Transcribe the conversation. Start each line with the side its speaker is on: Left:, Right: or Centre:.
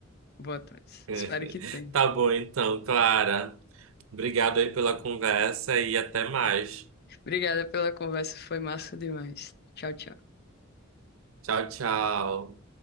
Left: Vou atrás.
Right: <laughs>
Left: Espero que tenha.
Right: Tá bom, então, Clara. Obrigado aí pela conversa e até mais.
Left: Obrigada pela conversa, foi massa demais. Tchau, tchau.
Right: Tchau, tchau.